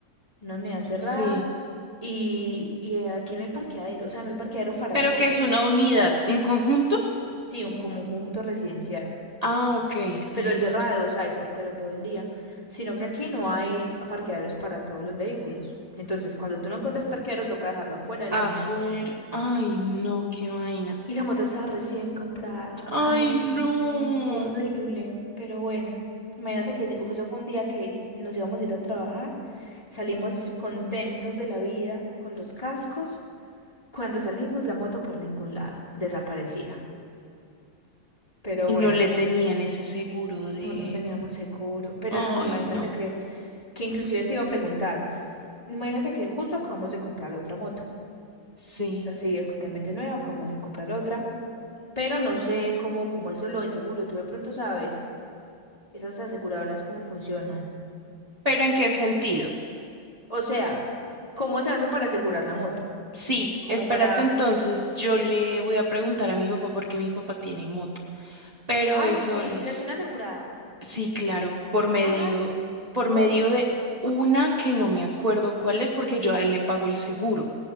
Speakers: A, on the left (about 25°); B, on the right (about 30°).
A: en una unidad cerrada
B: Sí.
A: y, y aquí no hay parqueadero, o sea, no hay parqueadero para
B: ¿Pero
A: todo.
B: que es una unidad, un conjunto?
A: Sí, un, como un conjunto residencial,
B: Ah, ok,
A: pero
B: listo.
A: es cerrado, o sea, hay portero todo el día, sino que aquí no hay parqueaderos para todos los vehículos. Entonces, cuando tú no encuentras parqueadero, toca dejarlo afuera de
B: Afuera.
A: la unidad.
B: Ay, no, qué vaina.
A: Y la moto estaba recién comprada.
B: Ay,
A: Ay, Dios
B: no.
A: mío, horrible. Pero bueno, imagínate que eso fue un día que nos íbamos a ir a trabajar, salimos contentos de la vida con los cascos. Cuando salimos, la moto por ningún lado, desaparecida. Pero
B: Y
A: bueno,
B: no le tenían ese seguro de...
A: no lo teníamos seguro. Pero
B: Ay,
A: no, imagínate
B: no.
A: que Que inclusive te iba a preguntar, imagínate que justo acabamos de comprar otra moto.
B: Sí.
A: Es así, eh, totalmente nueva, acabamos de comprar otra. Pero no sé cómo, cómo es lo del seguro. Tú de pronto sabes esas aseguradoras cómo funcionan.
B: ¿Pero en qué sentido?
A: O sea, ¿cómo se hace para asegurar la moto?
B: Sí,
A: Como
B: espérate
A: para...
B: entonces, yo le voy a preguntar a mi papá porque mi papá tiene moto, pero
A: Ay,
B: eso
A: sí,
B: es,
A: y la tiene asegurada.
B: sí, claro, por medio,
A: Ay,
B: por
A: porfa.
B: medio de una que no me acuerdo cuál es porque yo a él le pago el seguro.